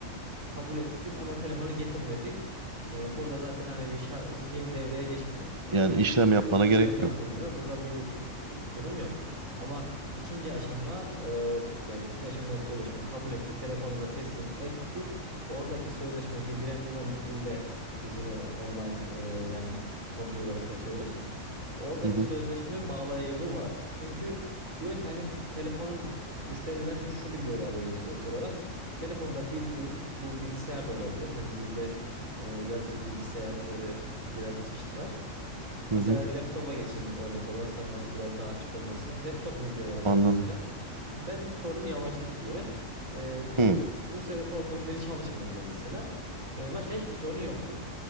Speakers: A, on the right; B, on the right.
A: kabul ettim ama telefonu getirmedi. E, burada zaten hani bir şa- şey devreye geçmiyor. E,
B: Yani
A: hani
B: işlem yapmana
A: işlem
B: gerek
A: yapılmıyor.
B: yok.
A: Burada bir c- durum yok. Ama ikinci aşama e, yani ikinci aşamadaki sözleşme kabul etti. Telefonu da teslim etti. Oradaki sözleşme bilgilendirmeyi de biz yine o- online e, yani mobil olarak yapıyoruz. Oradaki
B: Hı hı
A: sözleşme bağlayıcılığı var. Çünkü diyoruz ki hani telefonun müşteriden şu bilgileri alıyoruz biz ek olarak. Telefonda bildiği bu bilgisayar da olabilir. Hani bizde e, yazıcı bilgisayar böyle biraz çeşit var. Mesela
B: hı hı.
A: laptopa geçeyim örnek olarak sana biraz daha açık olmasından. Laptopum diyor adam
B: Anladım.
A: mesela. Ben bir sorunum yavaşlık diyor. E, bir
B: Hı
A: USB portunun biri çalışmıyor diyor mesela. E, başka hiçbir sorun yok diyor.